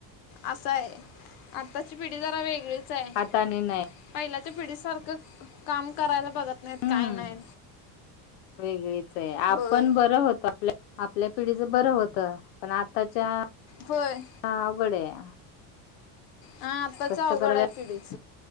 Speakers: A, on the left (about 50°); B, on the left (about 80°).
A: असं आहे आत्ताची पिढी जरा वेगळीच च आहे
B: हाताने नाही
A: पहिल्याच्या पिढीसारखं काम करायला बघत नाहीत
B: हम्म
A: काय नाय.
B: वेगळीच आहे
A: होय
B: आपण बरं होतो आपल्या आपल्या पिढीच बरं होत पण आताच्या
A: होय.
B: हा अवघड आहे
A: हा आत्ताच
B: कष्ट
A: अवघड
B: करायला
A: आहे पिढच